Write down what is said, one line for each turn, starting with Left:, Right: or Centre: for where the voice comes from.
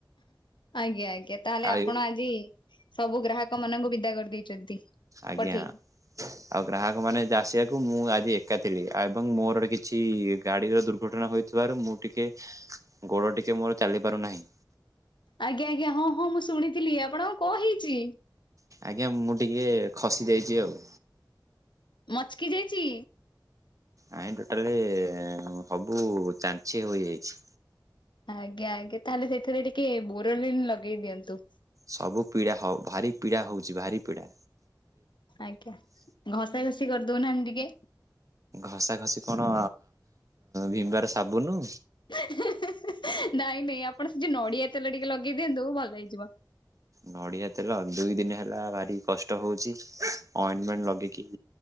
Left: ଆଜ୍ଞା ଆଜ୍ଞା ତାହେଲେ
Right: ଆଉ
Left: ଆପଣ ଆଜି ସବୁ ଗ୍ରାହକ ମାନଙ୍କୁ ବିଦା କରିଦେଇଛନ୍ତି।
Right: ଆଜ୍ଞା।
Left: ପଠେଇକି
Right: ଆଉ ଗ୍ରାହକ ମାନେ ଆସିବାକୁ ମୁଁ ଆଜି ଏକା ଥିଲି ଆଉ ଏବଂ ମୋରୋଗୋଟେ କିଛି ଗାଡିର ଦୁର୍ଘଟଣା ହୋଇ ଥିବାରୁ ମୁଁ ଟିକେ ଗୋଡ଼ ଟିକେ ମୋର ଚାଲି ପାରୁନାହିଁ।
Left: ଆଜ୍ଞା ଆଜ୍ଞା ହଁ ହଁ ମୁଁ ଶୁଣିଥିଲି ଆପଣ କଣ ହେଇଚି।
Right: ଆଜ୍ଞା ମୁଁ ଟିକେ ଖସି ଯାଇଚି ଆଉ।
Left: ମଚକି ଯାଇଚି।
Right: ଆଇଁ ଟୋଟାଲି ହବୁ ଚାଞ୍ଚି ହୋଇଯାଇଛି।
Left: ଆଜ୍ଞା ଆଜ୍ଞା ତାହେଲେ ସେଥିରେ ଟିକେ ବୋରଲିନ୍ ଲଗେଇ ଦିଅନ୍ତୁ।
Right: ସବୁ ପିଡା ହଉ ଭାରି ପିଡା ହଉଚି ଭାରି ପିଡା।
Left: ଆଜ୍ଞା ଘଷା ଘଷି କରିଦଉନାହାନ୍ତି ଟିକେ।
Right: ଘସା ଘସି କଣ ଭିମ୍ବାର ସାବୁନୁ।
Left: ନାଇଁ ନାଇଁ ଆପଣ ସେଠି ନଡିଆ ତେଲ ଟିକେ ଲଗେଇ ଦିଅନ୍ତୁ ଭଲ ହେଇଯିବ।
Right: ନଡିଆ ତେଲ ଦୁଇ ଦିନ ହେଲା ଭାରି କଷ୍ଟ ହଉଚି ଅଁ ମେଣ୍ଟ୍ ଲଗେଇକି